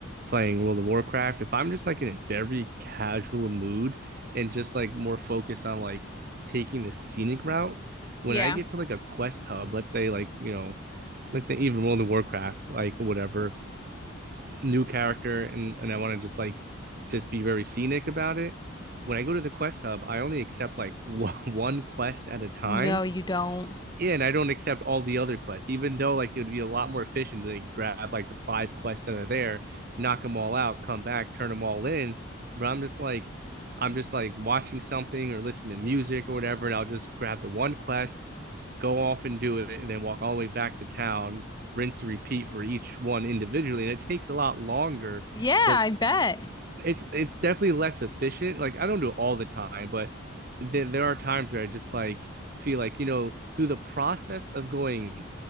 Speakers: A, on the right (about 45°); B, on the left (about 20°).
A: playing World of Warcraft. If I'm just like in a very casual mood and just like more focused on like taking the scenic route, when
B: Yeah.
A: I get to like a quest hub, let's say like you know, let's say even World of Warcraft, like whatever new character and and I want to just like just be very scenic about it. When I go to the quest hub, I only accept like <laughs> one quest at a time
B: No, you don't.
A: yeah, and I don't accept all the other quests, even though like it would be a lot more efficient to like, grab like the five quests that are there, knock them all out, come back, turn them all in. But I'm just like, I'm just like watching something or listening to music or whatever, and I'll just grab the one quest, go off and do it, and then walk all the way back to town, rinse and repeat for each one individually. And it takes a lot longer,
B: Yeah,
A: but
B: I bet.
A: it's it's definitely less efficient. Like I don't do it all the time, but there there are times where I just like feel like you know through the process of going